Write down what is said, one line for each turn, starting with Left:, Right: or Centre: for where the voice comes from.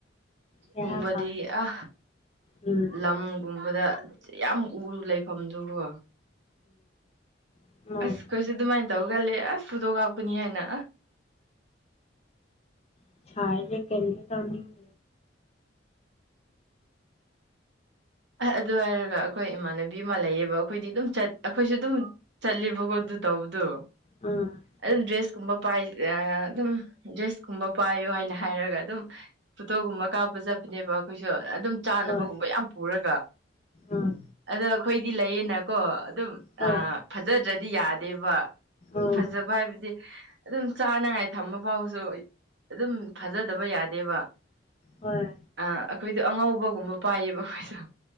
Left: ꯀꯩ
Right: ꯀꯨꯝꯕꯗꯤ
Left: ꯍꯥꯏꯕ
Right: ꯑ
Left: ꯎꯝ
Right: ꯂꯝ ꯒꯧꯨꯝꯕꯗ ꯌꯥꯝ ꯎꯔ ꯂꯩꯐꯝꯗꯨꯒꯣ
Left: ꯎꯝ ꯍꯣꯏ
Right: ꯑꯁ ꯑꯩꯈꯣꯏꯁꯨ ꯑꯗꯨꯃꯥꯏꯅ ꯇꯧꯒꯜꯂꯦ ꯑꯁ ꯐꯣꯇꯣ ꯀꯥꯞꯀꯅꯤ ꯍꯥꯏꯅ
Left: <unintelligible>
Right: ꯑ ꯑꯗꯨ ꯍꯥꯏꯔꯒ ꯑꯩꯈꯣꯏ ꯏꯃꯥꯟꯅꯕꯤ ꯑꯃ ꯂꯩꯌꯦꯕ ꯑꯩꯈꯣꯏꯗꯤ ꯑꯗꯨꯝ ꯆꯠ ꯑꯩꯈꯣꯏꯁꯨ ꯑꯗꯨꯝ ꯆꯠꯂꯤ ꯕꯀꯣ ꯑꯗꯨ ꯇꯧꯕꯗꯨ
Left: ꯑꯝ
Right: ꯑꯗꯨꯝ ꯗ꯭ꯔꯦꯁ ꯀꯨꯝꯕ ꯄꯥꯏ ꯑꯗꯨꯝ ꯗ꯭ꯔꯦꯁ ꯀꯨꯝꯕ ꯄꯥꯏꯌꯣ ꯍꯥꯏꯅ ꯍꯥꯏꯔꯒ ꯑꯗꯨꯝ ꯐꯣꯇꯣꯒꯨꯝꯕ ꯀꯥꯞꯄ ꯆꯠꯄꯅꯦꯕ ꯑꯩꯈꯣꯏꯁꯨ ꯑꯗꯨꯝ ꯆꯥꯅꯕꯒꯨꯝꯕ
Left: ꯍꯣꯏ
Right: ꯌꯥꯝ ꯄꯨꯔꯒ
Left: ꯎꯝ
Right: ꯑꯗ ꯑꯩꯈꯣꯏꯗꯤ ꯂꯩꯌꯦꯅꯀꯣ ꯑꯗꯨꯝ
Left: ꯍꯣꯏ
Right: ꯑꯥ ꯐꯖꯗ꯭ꯔꯗꯤ ꯌꯥꯗꯦꯕ
Left: ꯎꯝ
Right: ꯐꯖꯕ ꯍꯥꯏꯕꯗꯤ ꯑꯗꯨꯝ ꯆꯥꯅꯉꯥꯏ ꯊꯝꯕ ꯐꯥꯎꯁꯨ ꯑꯗꯨꯝ ꯐꯖꯗꯕ ꯌꯥꯗꯦꯕ
Left: ꯍꯣꯏ
Right: ꯑ ꯑꯩꯈꯣꯏꯗꯣ ꯑꯉꯧꯕꯒꯨꯝꯕ ꯄꯥꯏꯌꯦꯕ ꯑꯩꯈꯣꯏꯁꯨ